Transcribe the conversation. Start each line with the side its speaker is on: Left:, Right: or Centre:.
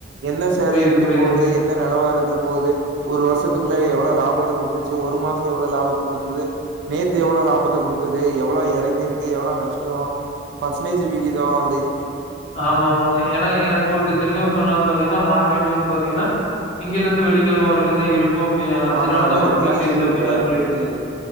Right: என்ன ஷேரு
Left: புரியுது,
Right: எப்பிடி
Left: புரியுதுங்க.
Right: போது எ ந்த நெலவரத்ல போது ஒரு வருஷத்துக்குள்ள எவ்ளொ லாபத்த குடுத்துச்சு ஒரு மாச எவ்ளொ லாபத்த குடுத்தது நேத்து எவ்வளோ லாபத்த குடுத்தது எவ்வளோ எறங்கிருக்கு எவ்வளொ நஷ் டோ பர்சன்டேஜு விகிதோ அ
Left: ஆமாமாங்க ஏனா எனக்கொரு து தெரிஞ்சவ்ங்க சொன்னாங்க பாத்தீங்கனா மார்கெட் வந்து பாத்தீங்கனா திங்கள்லெந்து வெள்ளிக்கெழம வரைக்குந்தா இருக் கு அப்டின்னு அஞ்சு
Right: ஆமாங்க.
Left: நாள் தா ஒர்க்கிங்
Right: நாள்
Left: டேஸு
Right: லீவு
Left: அப்டின்லா
Right: இப்ப.
Left: சொல்லி
Right: ம்.